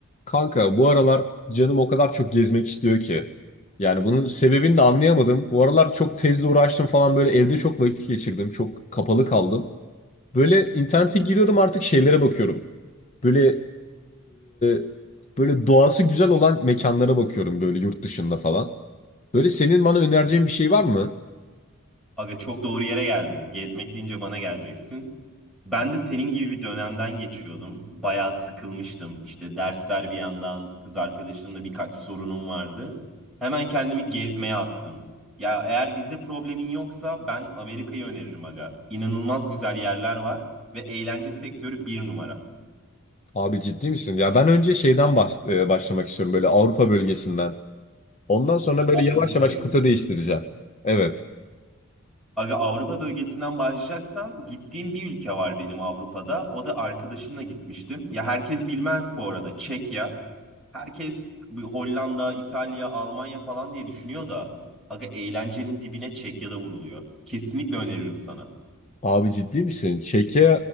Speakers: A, on the left (about 30°); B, in the centre.
A: Kanka bu aralar canım o kadar çok gezmek istiyor ki. Yani bunun sebebini de anlayamadım. Bu aralar çok tezle uğraştım falan böyle evde çok vakit geçirdim. Çok kapalı kaldım. Böyle internete giriyorum artık şeylere bakıyorum. Böyle e, böyle doğası güzel olan mekanlara bakıyorum böyle yurt dışında falan. Böyle senin bana önereceğin bir şey var mı?
B: Aga çok doğru yere geldin. Gezmek deyince bana geleceksin. Ben de senin gibi bir dönemden geçiyordum. Bayağı sıkılmıştım. İşte dersler bir yandan, kız arkadaşımla birkaç sorunum vardı. Hemen kendimi gezmeye attım. Ya eğer vize problemin yoksa ben Amerika'yı öneririm aga. İnanılmaz güzel yerler var ve eğlence sektörü bir numara.
A: Abi ciddi misin? Ya ben önce şeyden baş- e, başlamak istiyorum böyle Avrupa bölgesinden. Ondan sonra
B: Ha,
A: böyle
B: Avrupa
A: yavaş yavaş
B: bölgesinde.
A: kıta değiştireceğim. Evet.
B: Aga Avrupa bölgesinden başlayacaksan gittiğim bir ülke var benim Avrupa'da. O da arkadaşımla gitmiştim. Ya herkes bilmez bu arada. Çekya. Herkes bir Hollanda, İtalya, Almanya falan diye düşünüyor da aga eğlencenin dibine Çekya'da vuruluyor. Kesinlikle öneririm sana.
A: Abi ciddi misin? Çeke